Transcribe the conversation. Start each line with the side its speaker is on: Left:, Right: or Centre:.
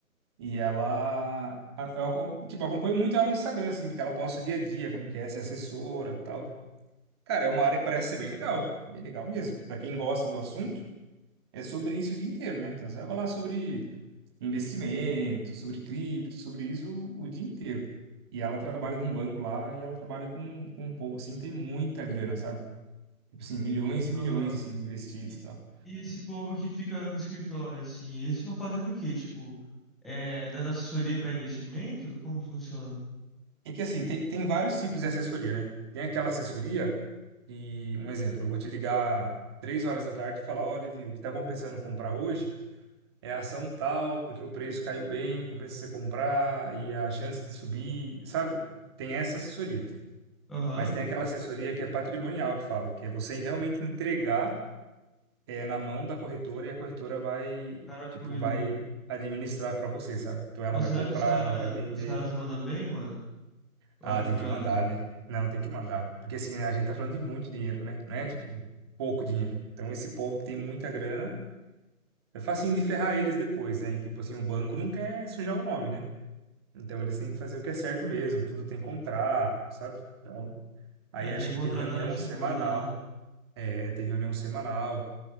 Right: E ela, a- eu, acom- tipo, eu acompanho muito ela no Instagram, assim, porque ela posta o dia a dia, como que é, ser assessora e tal. Cara, é uma área que parece ser bem legal, bem legal mesmo. Pra quem gosta do assunto, é sobre isso o dia inteiro, né? Então você vai falar sobre investimento, sobre cripto, sobre isso o dia inteiro. E ela trabalha num banco lá, e ela trabalha com, com um povo, assim, que tem muita grana, sabe? Tipo assim, milhões e milhões
Centre: Aham.
Right: assim, investidos
Centre: E,
Right: e tal.
Centre: e esse povo que fica no escritório, assim, eles ficam fazendo o quê? Tipo, é, dando assessoria pra investimento? Como funciona?
Right: É que assim, tem, tem vários tipos de assessoria, né? Tem aquela assessoria e, um exemplo, eu vou te ligar três horas da tarde e falar, olha, viu, o que tá compensando comprar hoje é a ação tal, porque o preço caiu bem, compensa você comprar e a chance de subir, sabe? Tem essa assessoria.
Centre: Aham.
Right: Mas tem aquela assessoria que é patrimonial que fala, que é você realmente entregar é, na mão da corretora e a corretora vai,
Centre: O cara cuida.
Right: tipo, vai administrar para você, sabe? Então ela
Centre: Mas
Right: vai
Centre: será
Right: comprar,
Centre: que os cara,
Right: ela vai vender,
Centre: os caras mandam bem, mano? Ou
Right: Ah,
Centre: é furada?
Right: tem que mandar, né? Não, tem que mandar. Porque assim, a gente tá falando de muito dinheiro, né? Não é tipo pouco dinheiro. Então, esse povo que tem muita grana, é facinho de ferrar eles depois, né? E tipo assim, o banco não quer sujar o nome, né? Então, eles têm que fazer o que é certo mesmo, tudo tem contrato, sabe? Então, aí
Centre: É,
Right: acho
Centre: tem que
Right: que
Centre: contratar
Right: tem reunião
Centre: gente
Right: semanal.
Centre: boa lá, né?
Right: É, tem reunião semanal